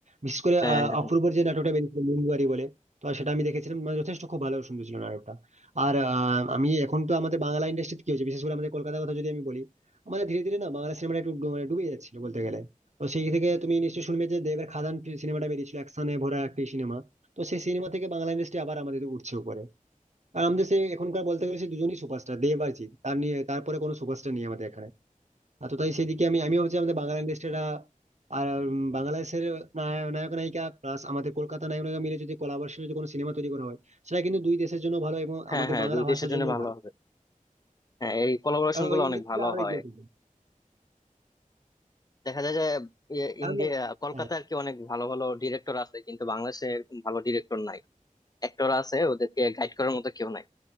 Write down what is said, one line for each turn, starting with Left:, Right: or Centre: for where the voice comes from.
Right: বিশেষ করে
Left: হ্যাঁ
Right: আহ,
Left: হ্যাঁ
Right: অপূর্বর
Left: হ্যাঁ
Right: যে নাটকটা বেরিয়েছিল মুনবাড়ি বলে তো সেটা আমি দেখেছিলাম মানে যথেষ্ট খুব ভালো সুন্দর ছিল নাটকটা আর আহ, আমি এখন তো আমাদের বাংলা ইন্ডাস্ট্রিতে কি হচ্ছে বিশেষ করে আমাদের কলকাতার কথা যদি আমি বলি আমাদের ধীরে ধীরে না বাংলা সিনেমাটা একটু ডু- মানে ডুবে যাচ্ছিল বলতে গেলে তো সেই থেকে তুমি নিশ্চয়ই শুনবে যে দেবের খাদান সিনেমাটা বেরিয়েছিল অ্যাকশনে ভরা একটি সিনেমা তো সেই সিনেমা থেকে বাংলা ইন্ডাস্ট্রি আবার আমাদের উঠছে উপরে আর আমাদের সে এখনকার বলতে গেলে সে দুজনই সুপারস্টার দেব আর জিৎ তার নিয়ে তারপরে কোনো সুপারস্টার নেই আমাদের এখানে আর তো তাই সেদিকে আমি আমি ভাবছি আমাদের বাংলা ইন্ডাস্ট্রিটা আর উম, বাংলাদেশের নায়- নায়ক নায়িকা প্লাস আমাদের কলকাতা নায়ক নায়িকা মিলে যদি কোলাবোরেশনে যদি কোনো সিনেমা তৈরি করা হয় সেটা কিন্তু দুই দেশের জন্য ভালো এবং
Left: হ্যাঁ
Right: আমাদের
Left: হ্যাঁ,
Right: বাংলা
Left: দুই
Right: ভাষার
Left: দেশের জন্য
Right: জন্য
Left: ভালো
Right: ভালো
Left: হবে হ্যাঁ এই কোলাবোরেশন
Right: কারণ
Left: গুলো
Right: ওই ইন্ডাস্ট্রিটা
Left: অনেক ভালো
Right: আরো
Left: হয়
Right: এগিয়ে চলবে
Left: দেখা যায় যে এ-
Right: কারণ
Left: ইন্ডিয়া কলকাতা
Right: হ্যাঁ
Left: আর কি অনেক ভালো ভালো ডিরেক্টর আছে কিন্তু বাংলাদেশে এরকম ভালো ডিরেক্টর নাই অ্যাক্টর আছে ওদেরকে গাইড করার মতো কেউ নাই